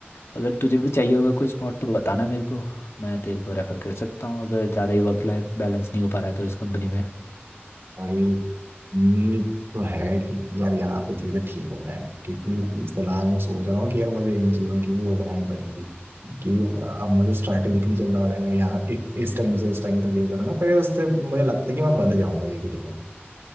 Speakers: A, on the left; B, on the right.
A: अगर तुझे भी चाहिए होगा कोई स्पॉट तो बताना मेरे को मैं तेरे को रेफर कर सकता हूँ अगर ज़्यादा ही वर्क लाइफ बैलेंस नहीं हो पा रहा है तो इस कंपनी में
B: भाई उम्मीद तो है कि यार यहाँ पे चीजें ठीक हो जाए क्योंकि फिलहाल मैं सोच रहा हूँ कि यार मुझे इन चीजों की भी वो बनानी पड़ेगी कि अब मुझे स्ट्रैटेजिकली चलना पड़ेगा यहाँ इ- इस टाइम से इस टाइम तक ये करूँगा पर उससे मुझे लगता है कि मैं बंद जाऊंगा एक ही जगह